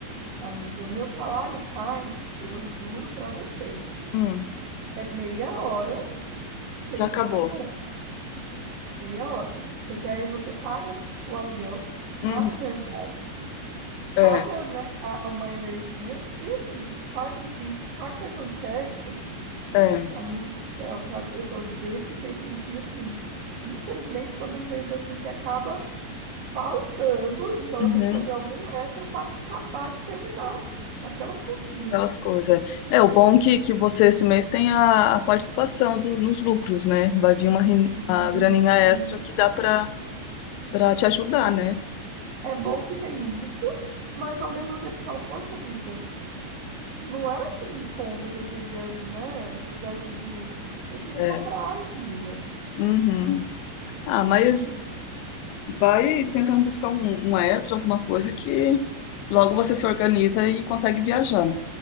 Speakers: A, on the right; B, on the left.
A: Amiga, meu salário cai, eu juro pra você.
B: Hum,
A: É meia hora que ele
B: já
A: fica
B: acabou.
A: na conta, meia hora. Porque aí você paga o aluguel,
B: Uhum,
A: paga o mercado,
B: é,
A: paga, né, a- uma energia e assim, faz um Pix, paga o cartão de crédito.
B: é,
A: Amigo do céu, tá? Eu tô desse jeito e, e assim, infelizmente, tô de um jeito assim que acaba faltando, então
B: uhum,
A: eu tenho que fazer algum extra pra acabar de terminar aquelas continhas.
B: aquelas coisas. É, É, o bom é que, que você esse mês tem a, a participação do- nos lucros, né? Vai vir uma, ren-
A: Sim,
B: uma graninha
A: sim.
B: extra que dá para Pra te ajudar, né?
A: é bom que tem isso, mas ao mesmo tempo eu falo, poxa vida, não era com conta que eu queria, né, usar esse dinheiro. Eu queria
B: É.
A: ir pra praia, amiga.
B: Uhum. Ah, mas
A: E
B: vai tentando buscar um, um extra, alguma coisa que logo você se organiza e consegue viajar.
A: é,